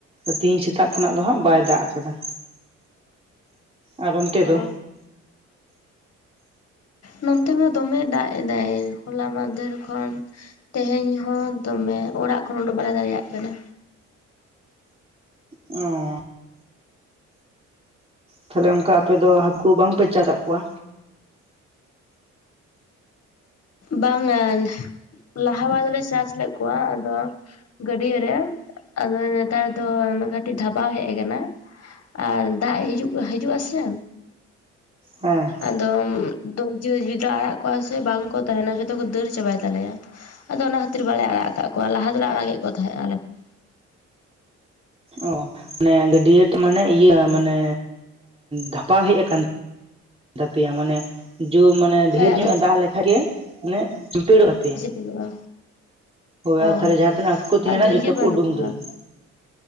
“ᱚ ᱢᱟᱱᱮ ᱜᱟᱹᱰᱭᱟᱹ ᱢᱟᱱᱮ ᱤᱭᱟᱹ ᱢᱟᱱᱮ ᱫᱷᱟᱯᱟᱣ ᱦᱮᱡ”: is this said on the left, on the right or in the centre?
Right